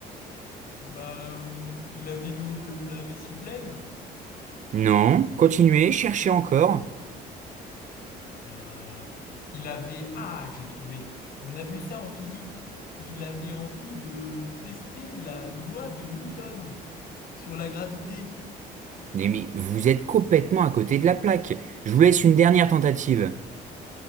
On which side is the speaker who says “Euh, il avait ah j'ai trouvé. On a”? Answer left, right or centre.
Left